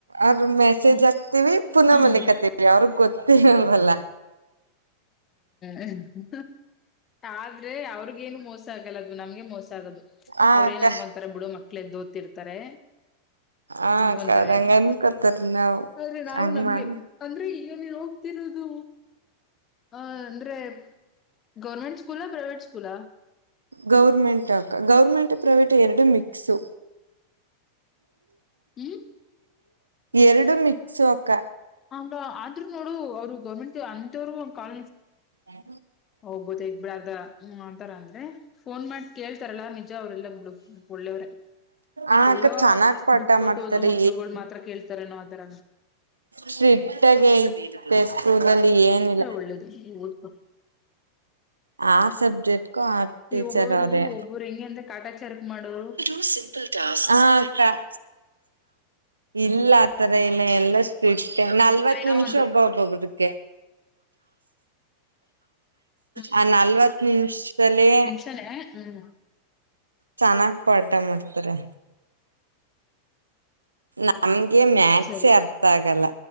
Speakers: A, on the right (about 75°); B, on the left (about 25°).
A: ಅವ್ರ ಮೆಸೇಜ್
B: ಹ್ಮ್
A: ಹಾಕ್ತಿೀವಿ ಪುನ
B: ಹ್ಮ್
A: ಮಲ್ಲಿಕತೆವಿ
B: ಹ್ಮ್
A: ಅವ್ರಗ್ ಗೊತ್ತಿರಲ್ವಲ್ಲ
B: ಹೂ ಆದ್ರೆ ಅವ್ರಿಗೇನು ಮೋಸ ಆಗಲ್ಲದು ನಮ್ಗೆ ಮೋಸ ಆಗದು
A: ಆ
B: ಅವ್ರ
A: ಅಕ್ಕ
B: ಏನನ್ಕೊಂತಾರೆ ಬಿಡ ಮಕ್ಳೇದ ೋತಿರ್ತಾರೆ
A: ಆ
B: ಅನ್ಕೊಂತಳೆ
A: ಅಕ್ಕ ಅವ್ರ ಹಂಗ ಅನ್ಕೋತಾರ ನಾವು
B: ಆದ್ರೆ ನಾವು
A: ಹಂಗ
B: ನಮ್ಗೆ
A: ಮಾಡ
B: ಅಂದ್ರೆ ಈಗ ನೀನು ಹೋಗ್ತಿರೋದು ಅ ಅಂದ್ರೆ ಗೌರ್ಮೆಂಟ್ ಸ್ಕೂಲ್ ಪ್ರೈವೇಟ್ ಸ್ಕೂಲ
A: ಗೌರ್ಮೆಂಟ್ ಅಕ ಗೌರ್ಮೆಂಟ್ ಪ್ರೈವಟ್ ಎರಡು ಮಿಕ್ಸು
B: ಹ್ಮ್
A: ಎರಡು ಮಿಕ್ಸೋಕ
B: ಹ ಆದ್ೂ ನೋಡು ಅವ್ರು ಗೌರ್ಮೆಂಟ್ ಅಂತವರು ಒ ಕಾಲ
A: ಹಾ
B: ಹೋಗ್ಬೋದು ಇಗ್ ಬಿಡದ ಅಂತಾರ ಅಂದ್ರೆ ಫೋನ್ ಮಾಡಿ ಕೇಳ್ತಾರಲ್ಲಾ ನಿಜ ಅವ್ರಲ್ಲ ಬಿುಡು ಒಳ್ಳೆಯವ್ರೇ
A: ಆ
B: ಎಲ್ಲೋ
A: ಅಕ್ಕ ಚೆನ್ನಾಗ್ ಪಾಠ
B: ದುಡ್ಡು ಕೊಟ್ಟು
A: ಮಾಡ್ತಾರೆ
B: ಹೋದೋ ಮಕ್ಳಗಳು ಮಾತ್ರ ಕೇಳ್ತಾರನೋ ಆ ತರ
A: ಸ್ಟ್ರಿಕ್ ಆಗ ಇತ್ತೆ ಸ್ಕೂಲಲ್ಲಿ ಏನಿಲ್ಲ
B: ಒಳ್ಳೇದುಕ
A: ಆರ್ ಸಬ್ಜೆಕ್ಟ್ ಕೂ ಆರ್
B: ಈ
A: ಟೀಚರ್
B: ಒಬ್ಬೊಬ್ರು
A: ಅವ್ರೆ
B: ಒಬ್ಬರು ಹೆಂಗೆ ಅಂದ ಕಾಟಾಚಾರಕ್ ಮಾಡೋರು
A: ಂಲ್ ಹ ಅಕ್ಕ ಇಲ್ಲ ಆತರ ಇಲ್ಲ ಎಲ್ಲಷ್ಟು ಇಷ್ಟೆ ನಲ್ವತ್
B: ಒಬ್ಬರಿನ
A: ನಿಮಿಷ
B: ಒಂದು
A: ಒಬ್ಬ ಒಬ್ಬ ಬಿಡ್ಕೆ
B: ಹ್ಮ್
A: ಆ ನಲ್ವತ್ತು ನಿಮಿಷಲ್ಲೇ
B: ಹೂ
A: ಚೆನ್ನಾಗ್ ಪಾಠ ಮಾಡ್ತಾರೆ ನಮಗೆ ಮ್ಯಾಥಸ
B: ಸರಿ
A: ಅರ್ಥ ಆಗಲ್ಲ